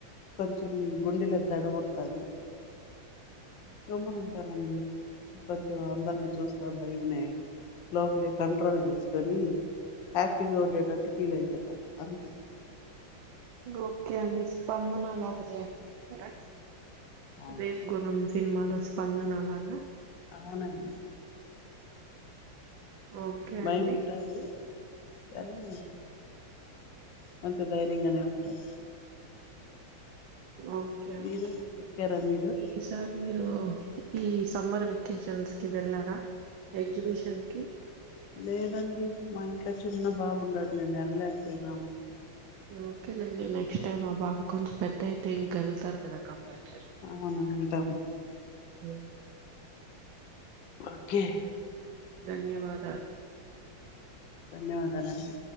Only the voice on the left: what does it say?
కొంచెం గుండెలో దడపుడతాది సమను ఉంటనండి కొంచెం అందరిని చూస్తా భయమునే లోపలే కంట్రోల్ చేసుకొని హ్యాపీగా ఉండేటట్టు ఫీల్ అయిపోతా అంతే
అవును
అవునండి
భయం
ఉంటది కానీ కొంచెం ధైర్యంగానే ఉంటాను
మీరు
ఎక్కారా మీరు
లేదండి మా ఇంట్లో చిన్న బాబు ఉన్నాడు మేము వెళ్ళలేక పోయినము
అవును వెళ్తాం
ఓకే
ధన్యవాదాలండి